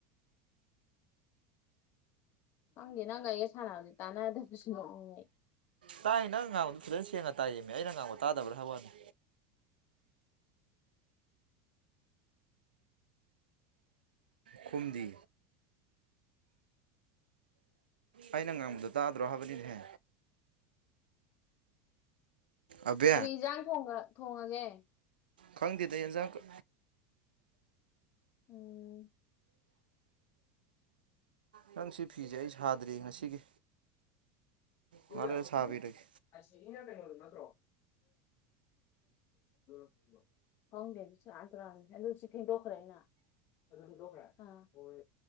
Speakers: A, on the left; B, on the right.
A: ꯈꯪꯗꯦ ꯅꯪꯒꯥ ꯑꯩꯒꯥ ꯁꯥꯟꯅꯕꯗꯤ ꯇꯥꯟꯅꯗꯕꯗꯨ ꯁꯨꯝ ꯅꯣꯛꯅꯤꯡꯉꯦ ꯑꯩ
B: ꯇꯥꯏꯌꯦ ꯅꯪ ꯉꯥꯡꯕꯗꯣ ꯐꯖꯅ ꯁꯦꯡꯅ ꯇꯥꯏꯌꯦꯝꯃꯦ ꯑꯩꯅ ꯉꯥꯡꯕ ꯇꯥꯗ꯭ꯕꯔꯥ ꯍꯥꯏꯕ ꯋꯥꯅꯤ ꯈꯨꯨꯝꯗꯤ ꯑꯩꯅ ꯉꯥꯡꯕꯗꯣ ꯇꯥꯗ꯭ꯔꯣ ꯍꯥꯏꯕꯅꯤꯅꯦꯍꯦ ꯑꯕꯦ
A: ꯀꯔꯤ ꯏꯟꯖꯥꯡ ꯊꯣꯡꯉꯥ ꯊꯣꯡꯉꯥꯒꯦ
B: ꯈꯪꯗꯗꯥ ꯌꯦꯟꯖꯥꯡꯒꯥ
A: ꯎꯝ
B: ꯅꯪ ꯁꯤ ꯐꯤꯖꯦ ꯑꯩ ꯁꯥꯗ꯭ꯔꯤ ꯉꯁꯤꯒꯤ
A: <unintelligible>
B: ꯉꯥꯏꯍꯥꯛ ꯂꯩꯔ
A: ꯍꯝ
B: ꯁꯥꯕꯤꯔꯒꯦ
A: ꯑꯁꯤꯒꯤ ꯅꯪ ꯀꯩꯅꯣꯗꯣ ꯅꯠꯇꯔꯣ <unintelligible> <unintelligible> ꯈꯪꯗꯦ ꯑꯗꯨ ꯁꯦꯔꯥꯟ ꯇꯨꯔꯥꯟꯅꯤ ꯑꯗꯨ ꯁꯤ ꯐꯦꯡꯗꯣꯛꯈ꯭ꯔꯦ ꯑꯩꯅ ꯑꯗꯨ ꯐꯦꯡꯗꯣꯛꯈ꯭ꯔꯦ ꯑꯥ ꯍꯣꯏ